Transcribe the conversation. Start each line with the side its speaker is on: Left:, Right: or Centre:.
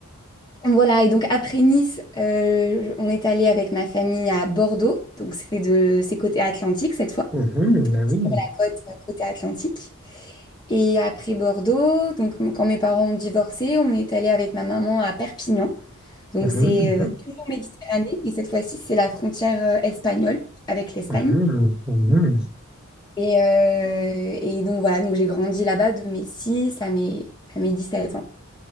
Left: Voilà, et donc après Nice, euh, on est allé avec ma famille à Bordeaux, donc c'est de c'est côté Atlantique cette fois,
Centre: Mhm, ben oui.
Left: sur la côte euh, côté Atlantique. Et après Bordeaux, donc m- quand mes parents ont divorcé, on est allé avec ma maman à Perpignan, donc
Centre: Mhm,
Left: c'est
Centre: mhm,
Left: euh, toujours Méditerranée, et cette fois-ci c'est la frontière euh, espagnole avec l'Espagne.
Centre: mhm, mhm,
Left: Et, euh, et donc voilà, donc j'ai grandi là-bas de mes 6 à mes, à mes 17 ans.